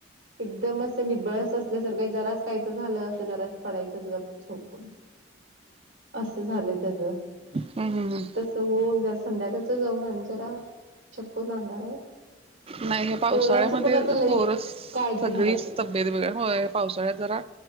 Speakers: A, on the right; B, on the right.
A: एकदम असं निब्बळ असं असल्यासारखं, जराच काहीत झालं असं जराच पडायचंच गप झोपून असं झालंय त्याच
B: हम्म हम्म हम्म.
A: तस होऊन जरा संध्याकाळच जाऊन आणि जरा चेक करून आणणार आहे.
B: नाही हे पावसाळ्यामध्ये
A: पोरांचं पण आता लई
B: पोरस
A: काळजी
B: सगळी
A: घ्याय लागते
B: स त. वेगवेगळ्या हो पावसाळ्यात जरा